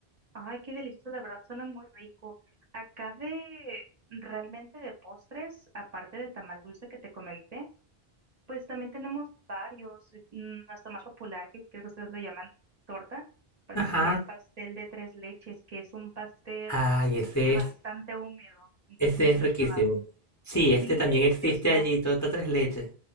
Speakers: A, on the right (about 40°); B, on the left (about 20°).
A: Ay, qué delicioso, de verdad, suena muy rico. Acá de realmente de postres, aparte del tamal dulce que te comenté, pues también tenemos varios. eh, Mm, Nuestro más popular, que creo que ustedes lo llaman torta, para
B: Ajá.
A: nosotros sería el pastel de tres leches, que es un pastel
B: Ay, ese
A: eh, bastante
B: es,
A: húmedo. Entonces,
B: ese
A: no
B: es
A: sé si
B: riquísimo.
A: lo has probado.
B: Sí,
A: Sí,
B: este también
A: delicioso.
B: existe allí, torta tres leches.